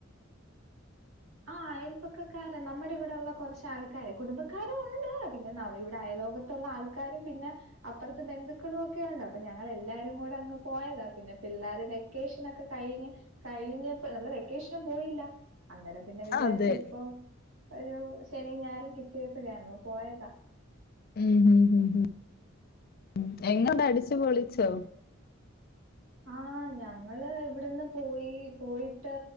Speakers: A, on the right; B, on the left.
A: ആഹ് അയൽപ്പക്കക്കാരാ നമ്മുടെ ഇവിടെ ഉള്ള കുറച്ച് ആൾക്കാര് കുടുംബക്കാരും ഉണ്ട് പിന്നെ നമയുടെ അയലോക ത്തുള്ള ആൾക്കാരും പിന്നെ അപ്പറത്തെ ബന്ധുക്കളും ഒക്കെയുണ്ട് അപ്പൊ ഞങ്ങള് എല്ലാരും കൂടെ അങ്ങ് പോയതാ പിന്നെ പിള്ളേര് വ്യ വെക്കേഷനൊക്കെ കഴിഞ്ഞ് കഴിഞ്ഞപ്പോ നമ്മള് വെക്കേഷനും പോയില്ല അന്നേര പിന്നെ വിചാരിച്ച്
B: അതെ
A: ഇപ്പം ഒരു ശനി ഞായറും കിട്ടിയപ്പഴേ അങ്ങ് പോയതാ
B: ഉം ഉം ഉം ഉം ഉം എങ്ങോട്ടാ അടിച്ചു പൊളിച്ചോ
A: ആഹ്
B: <inaudible>
A: ഞങ്ങള് ഇവിടുന്ന് പോയി പോയിട്ട്